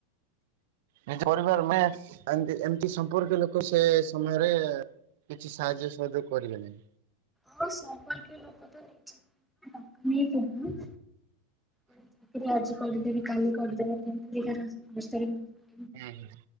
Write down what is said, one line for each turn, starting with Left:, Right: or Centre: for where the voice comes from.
Right: ନିଜ ପରିବାର ମେ ଏନ୍ତି ଏମିତି ସମ୍ପର୍କୀୟ ଲୋକ ସେ ସମୟରେ କିଛି ସାହାଯ୍ୟ ସହଯୋଗ କରିବେନି।
Centre: ହଁ ସମ୍ପର୍କୀୟ ଲୋକ ତ ନିଜ ଟଙ୍କ ନେଇକି <inaudible> ନା ଚାକିରି ଆଜି କରିବିନି କାଲି କରିଦବା <inaudible> ଘରେ ପ
Right: ହୁଁ ହୁଁ।